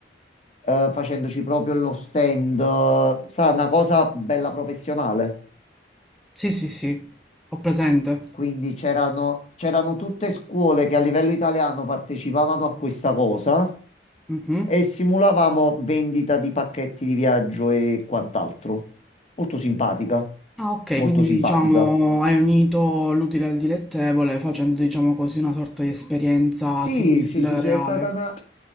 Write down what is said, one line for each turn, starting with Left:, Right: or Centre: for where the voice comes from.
Left: eh, facendoci proprio lo stand, eh, sa, una cosa bella professionale.
Centre: Sì, sì, sì, ho presente.
Left: Quindi c'erano c'erano tutte scuole che a livello italiano partecipavano a questa cosa
Centre: Mhm.
Left: e simulavamo vendita di pacchetti di viaggio e quant'altro. Molto simpatica,
Centre: Ah, ok,
Left: molto
Centre: quindi
Left: simpatica.
Centre: diciamo hai unito l'utile al dilettevole facendo, diciamo così, una sorta di esperienza
Left: Sì,
Centre: simile
Left: sì, sì,
Centre: al
Left: sì,
Centre: reale.
Left: è stata una,